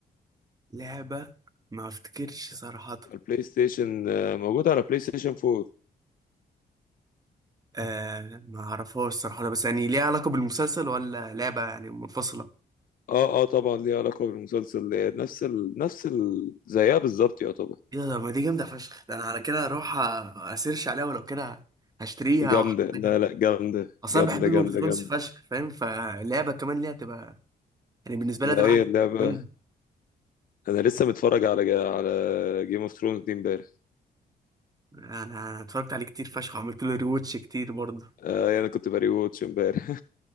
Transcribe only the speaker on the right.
لعبه ما افتكرش صراحه
آه ما اعرفهاش صراحه بس يعني ليها علاقه بالمسلسل ولا لعبه يعني منفصله
ايه ده ما دي جامده فشخ ده انا على كده اروح أ- اسيرش عليها ولو كده هشتريها
واحملها
اصلا
بحب جيم
اوف ثرونز
فشخ فاهم فاللعبه كمان ليها تبقى يعني بالنسبه لها
تبقى
حاجه
جامده
انا أنا اتفرجت عليه كتير فشخ وعملت له ريواتش كتير برضه